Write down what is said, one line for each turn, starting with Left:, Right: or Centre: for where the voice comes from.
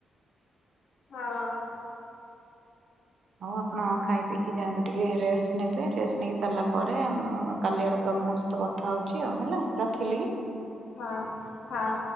Left: ହଁ
Right: ହଉ ଆପଣ ଖାଇ ପି ଯାଆନ୍ତୁ ଟିକେ ରେଷ୍ଟ ନେବେ ରେଷ୍ଟ ନେଇକି ସାରିଲା ପରେ ମୁ କାଲି ଆଡକୁ ଆପଣ ତ କଥା ହଉଛି ଆଉ ହେଲା ରଖିଲି
Left: ହଁ ହଁ।